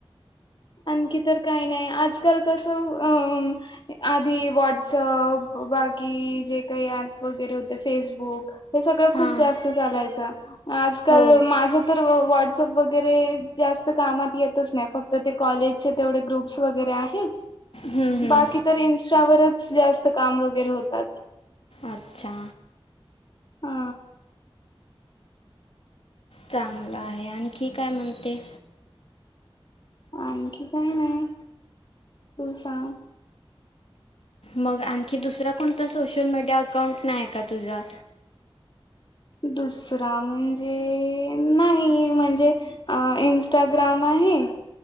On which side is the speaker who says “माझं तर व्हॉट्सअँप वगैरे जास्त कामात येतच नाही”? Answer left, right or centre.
Left